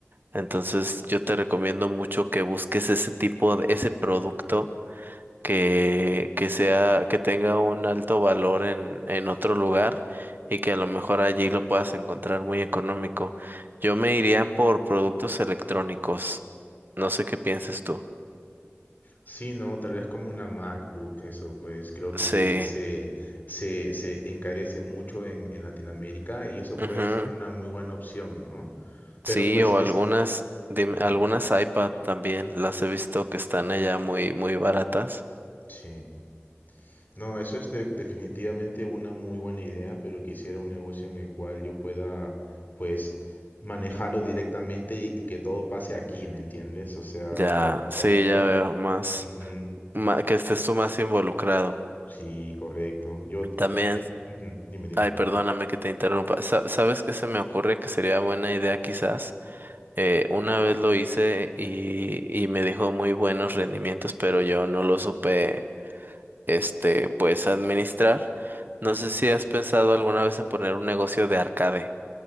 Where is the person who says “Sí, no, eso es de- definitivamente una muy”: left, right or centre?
Left